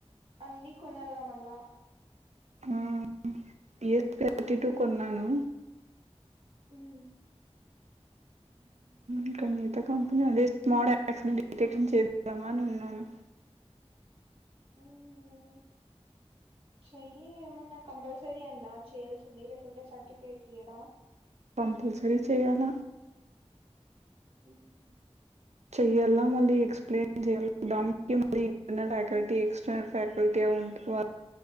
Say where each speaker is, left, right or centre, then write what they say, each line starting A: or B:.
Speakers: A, on the right; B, on the right.
A: అన్నీ కొనాలిగా మల్లా
B: ఆ పిఎస్ థర్టీ టూ కొన్నాను
A: మ్మ్
B: ఇంకా మిగతా కంపెనీ అదే ప్రొడక్ట్స్ ని డిటెక్షన్ చేద్దామా అని ఉన్నాను
A: అయ్యో చెయ్యి ఏమన్నా కంపల్సరీ అంట్నా చేయాల్సింది రేప్ అంటే సర్టిఫికెట్ ఈయదా
B: కంపల్సరి చెయ్యాల
A: హ్మ్
B: చెయ్యాలా మళ్ళీ ఎక్స్ప్లెయిన్ చెయ్యాలా, దానికి మళ్ళీ ఇంటర్నల్ ఫ్యాకల్టీ ఎక్స్టర్నల్ ఫ్యాకల్టీ అవుంటే